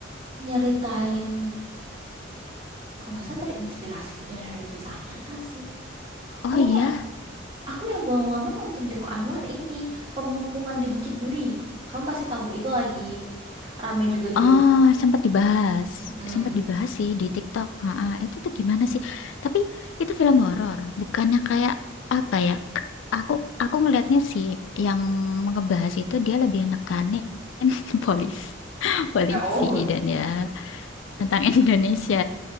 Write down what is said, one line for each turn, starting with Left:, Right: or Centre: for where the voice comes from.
Right: nyeritain Kalau nggak salah terinspirasi dari kisah nyata sih.
Left: oh
Right: Oh,
Left: iya.
Right: aku yang belum lama nonton Joko Anwar ini, Pengepungan di Bukit Duri. Kamu pasti tahu, itu lagi rame juga di
Left: oh
Right: bioskop.
Left: sempat dibahas.
Right: Mm.
Left: Sempat dibahas sih di TikTok. Ah, ah, itu tuh gimana sih? Tapi itu film horor, bukannya kayak apa ya? k- Aku aku ngelihatnya sih yang ngebahas itu dia lebih nekanin <laughs> polis, polisi
Right: Oh.
Left: dan ya tentang <laughs> Indonesia.